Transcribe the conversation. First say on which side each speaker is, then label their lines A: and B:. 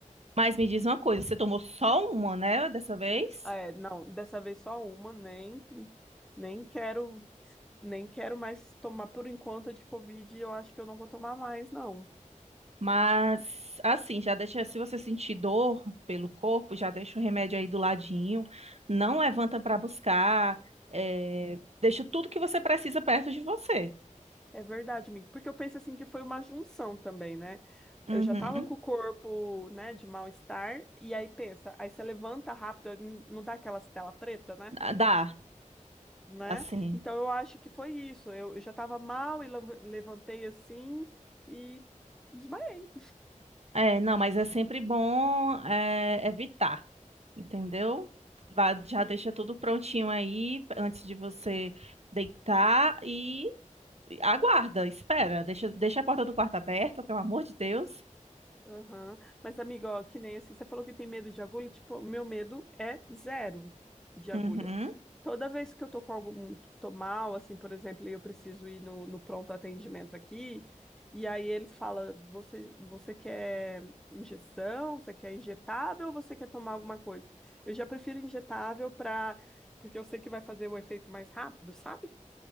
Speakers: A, on the right; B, in the centre.
A: Mas me diz uma coisa, você tomou só uma, né, dessa vez?
B: Ah, É, não, dessa vez só uma, nem, nem quero. nem quero mais tomar por enquanto a de Covid, e eu acho que eu não vou tomar mais, não.
A: Mas assim, já deixa, se você sentir dor pelo corpo, já deixa o remédio aí do ladinho, não levanta para buscar, eh, deixa tudo que você precisa perto de você.
B: É verdade, amigo. Porque eu penso assim que foi uma junção também, né?
A: Uhum.
B: Eu já tava com o corpo, né, de mal-estar, e aí pensa, aí você levanta rápido, n- não dá aquela tela preta, né?
A: Ah, Dá,
B: Né?
A: assim.
B: Então eu acho que foi isso. Eu, eu já tava mal e lev- levantei assim e desmaiei.
A: É, não, mas é sempre bom eh, evitar. entendeu? Vá- já
B: Sim.
A: deixa tudo prontinho aí antes de você deitar e aguarda, espera, deixa, deixa a porta do quarto aberta, pelo amor de Deus.
B: Aham. Mas, amigo, ó, que nem assim, você falou que tem medo de agulha, tipo, o meu medo é zero de agulha.
A: Uhum.
B: Toda vez que eu tô com algum, tô mal, assim, por exemplo, e eu preciso ir no, no pronto atendimento aqui, e aí eles falam, você, você quer injeção, você quer injetável ou você quer tomar alguma coisa? Eu já prefiro injetável para, porque eu sei que vai fazer o efeito mais rápido, sabe?